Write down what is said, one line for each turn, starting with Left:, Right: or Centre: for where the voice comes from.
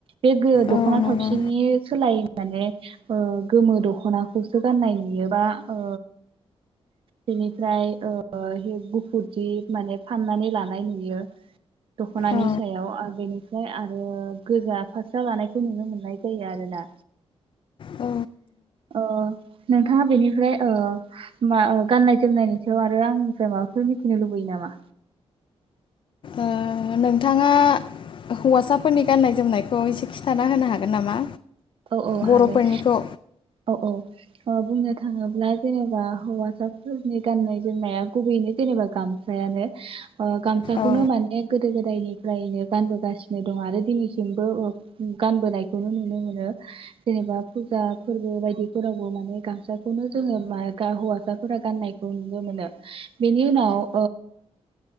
Right: बे गो
Left: औ
Right: दखना
Left: नंगौ
Right: थावसिनि सोलाय माने ओ गोमो दखनाखौसो गाननाय। नुयोबा ओ बेनिफ्राय ओ गुफुरजि माने फाननानै लानाय नुयो। दख'नानि
Left: औ
Right: सायाव आरो बेनि ओमफ्राय आरो गोजा फास्रा लानायखौ नुनो मोननाय जायो आरोना
Left: औ
Right: अ नोंथाङा बेनिफ्राय ओ मा गाननाय जोमनायनि सायाव आरो आंनिफ्राय माबाफोर मिथिनो लुबैयो नामा
Left: ओ नोंथाङा हौवासाफोरनि गाननाय जोमनायखौ एसे खिन्थाना होनो हागोन नामा?
Right: औ औ
Left: बर'फोरनिखौ
Right: हागोन औ औ। ओ बुंनो थाङोब्ला जेनेबा हौवासाफोरनि गाननाय जोमनाया गुबैयैनो जेनेबा गामसायानो। ओ गामसाखौनो
Left: औ
Right: माने गोदो गोदायनि फ्रायैनो गानबोगासिनो दं आरो दिनैसिमबो ओ गानबोनायखौनो नुनो मोनो। जेनेबा फुजा फोरबो बायदिफोरावबो माने गामसाखौनो जोङो मा गा हौवासाफोरा गाननायखौ नुनो मोनो बेनि उनाव